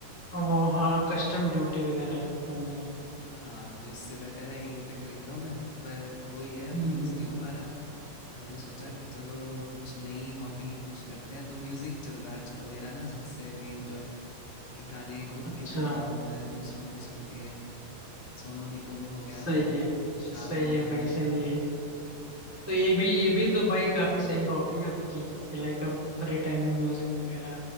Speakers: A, in the centre; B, on the left.
A: वो हाँ कस्टम ड्यूटी वगैरह लगते होंगे
B: हाँ तो इससे बेटर है यहीं पे खरीदता हूँ मैं पर वही है अब
A: हम्म
B: यूज़
A: हम्म।
B: नहीं हो पा रहा तो मैंने सोचा कि चलो कुछ नई हॉबी कुछ करते हैं तो म्यूज़िक चल रहा है आजकल मेरा ना सबसे मेन जो है कि गाने खुद
A: अच्छा
B: के बना रहा हूँ मैं दूसरों के सुन के सोनू निगम हो गया
A: सही है
B: शान
A: सही
B: हो
A: है
B: गया
A: भाई सही है तो ये भी ये भी तो भाई काफी सही हॉबी है आपकी कि लाइक आप फ्री टाइम में म्यूजिक वगैरह